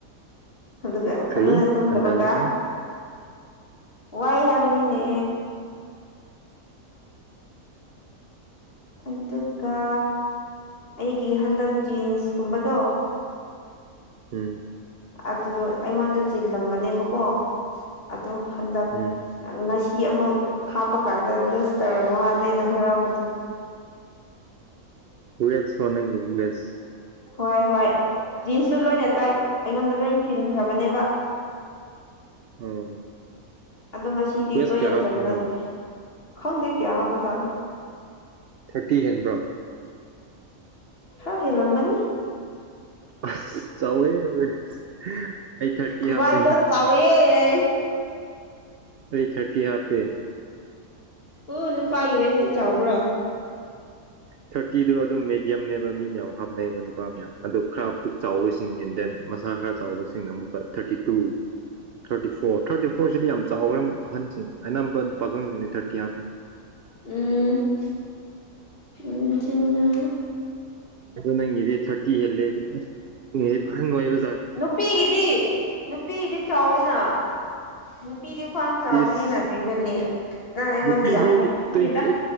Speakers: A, on the left (about 40°); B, on the right (about 60°).
A: ꯑꯗꯨꯒ
B: ꯀꯔꯤ
A: ꯐꯖꯅ ꯇꯨꯝ
B: ꯍꯟꯗꯕꯒꯤ
A: ꯗꯕꯀꯣ ꯋꯥꯏ ꯍꯥꯏꯕꯅꯤꯅꯦ ꯑꯗꯨꯒ ꯑꯩꯒꯤ ꯍꯟꯗꯛ ꯖꯤꯟꯁꯀꯨꯝꯕꯗꯣ
B: ꯍꯝ
A: ꯑꯗꯨ ꯑꯩꯉꯣꯟꯗ ꯆꯤꯜꯂꯝꯕꯅꯦꯕꯀꯣ ꯑꯗꯨ ꯍꯟꯗꯛ
B: ꯎꯝ
A: ꯉꯁꯤ ꯐꯤ ꯑꯃꯨꯛ ꯍꯥꯞꯄꯀꯥꯟꯗ ꯂꯨꯖ ꯇꯧꯔꯝꯕ ꯋꯥꯅꯦꯅ ꯍꯔꯥꯎꯕꯗꯨ
B: ꯌꯦꯠꯌ ꯅꯪꯒꯤ ꯂꯦꯁ
A: ꯍꯣꯏ ꯍꯣꯏ ꯖꯤꯟꯁꯇ ꯂꯣꯏ ꯇꯥꯏ ꯑꯩꯉꯣꯟꯗꯂꯣꯏ ꯈ꯭ꯔꯕꯅꯦꯕ
B: ꯑꯣ
A: ꯑꯗꯣ ꯉꯁꯤꯗꯤ
B: ꯀ꯭ꯋꯦꯁ
A: ꯂꯣꯏꯅ
B: ꯀꯌꯥ ꯍꯥꯞꯄꯅꯣ
A: ꯆꯜꯂꯒꯅꯦ ꯈꯪꯗꯦ ꯀꯌꯥ ꯍꯥꯄꯖꯥꯠꯅꯣ
B: ꯊꯔꯇꯤ ꯍꯦꯟꯕ꯭ꯔꯣ
A: ꯈꯔ ꯍꯦ ꯂꯝꯒꯅꯤ
B: ꯑꯁ ꯆꯥꯎꯋꯦ <unintelligible> ꯑꯩ ꯊꯥꯔꯇꯤ
A: ꯈꯨꯕꯥꯏꯗꯣ
B: ꯍꯥꯞꯄꯦ
A: ꯆꯥꯎꯋꯦ ꯌꯥꯏꯌꯦ
B: ꯑꯩ ꯊꯥꯔꯇꯤ ꯍꯥꯞꯄꯦ
A: ꯎ ꯅꯨꯄꯥꯒꯤ ꯋꯦꯁꯇꯤ ꯆꯥꯎꯕ꯭ꯔꯥ
B: ꯊꯥꯔꯇꯤꯗꯨ ꯑꯗꯨꯝ ꯃꯤꯠ ꯌꯝꯅꯦꯕ ꯃꯤ ꯃꯌꯥꯝ ꯍꯥꯞꯅꯩꯕ ꯅꯨꯄꯥ ꯃꯌꯥꯝ ꯑꯗ ꯈꯔ ꯄꯨꯛ ꯆꯥꯎꯕꯁꯤꯡ ꯏꯟ ꯗꯦꯟ ꯃꯁꯥ ꯈꯔ ꯆꯥꯎꯕꯁꯤꯡꯅ ꯑꯃꯨꯛꯀ thirty two thirty four thirty ꯐꯣꯔꯁꯤꯗꯤ ꯌꯥꯝ ꯆꯥꯎꯈꯔꯦ ꯑꯃꯨꯛ ꯄꯥꯈꯟꯁꯤꯡ ꯑꯅꯝꯕ ꯄꯥꯈꯪꯁꯤꯡꯗꯤ ꯊꯥꯔꯇꯤ ꯍꯥꯞꯄꯦ
A: ꯎꯝ ꯅꯨꯡꯊꯤꯟꯅ
B: ꯑꯗꯨ ꯅꯪꯒꯤꯗꯤ ꯊꯥꯔꯇꯤ ꯍꯦꯜꯂꯦ <unintelligible> ꯅꯪꯒꯤꯖꯦ ꯐꯖꯟ ꯅꯣꯏꯕ
A: ꯅꯨꯄꯤꯒꯤꯗꯤ ꯅꯨꯄꯤꯗꯤ ꯆꯥꯎꯋꯤꯅ ꯅꯨꯄꯤꯗꯤ ꯈ꯭ꯋꯥꯡ ꯆꯥꯎꯕꯅꯤꯅ
B: ꯏꯁ
A: ꯀꯩꯅꯣꯅꯦ ꯅꯪ ꯑꯩꯉꯣꯟꯗ
B: ꯅꯨꯄꯤꯗꯤ
A: ꯌꯥꯝ ꯍꯥꯢꯊꯤꯌꯦꯗ
B: ꯇ꯭ꯋꯦꯟꯇꯤ ꯑꯩꯠ